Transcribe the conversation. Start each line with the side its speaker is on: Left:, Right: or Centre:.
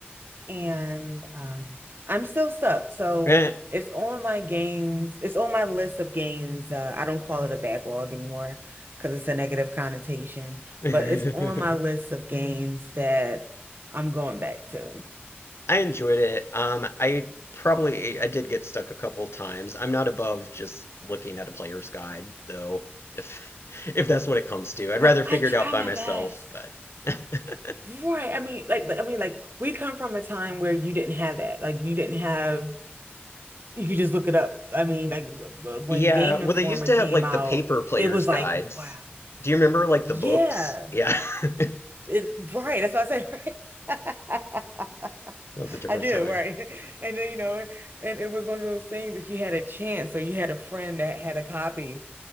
Right: and um, I'm still stuck. So
Left: eh.
Right: it's on my games, it's on my list of games. Uh, I don't call it a backlog anymore because it's a negative connotation,
Left: <laughs>
Right: but it's on my list of games that I'm going back to.
Left: I enjoyed it. Um, I probably I did get stuck a couple times. I'm not above just looking at a player's guide, though, if <laughs> if that's what it comes to. I'd
Right: I,
Left: rather figure
Right: I try
Left: it out by
Right: my
Left: myself,
Right: best.
Left: but <laughs>
Right: Right. I mean, like, I mean, like, we come from a time where you didn't have that. Like, you didn't have You could just look it up. I mean, like w- when
Left: yeah,
Right: Game
Left: well,
Right: Informer
Left: they used to
Right: came
Left: have like
Right: out,
Left: the paper player's
Right: it was
Left: guides.
Right: like, wow,
Left: Do you remember like
Right: yeah,
Left: the books? Yeah. <laughs>
Right: it, right. That's what I said, <laughs> right? <laughs>
Left: That was a different
Right: I do
Left: time.
Right: right. And then, you know, and it was one of those things if you had a chance or you had a friend that had a copy,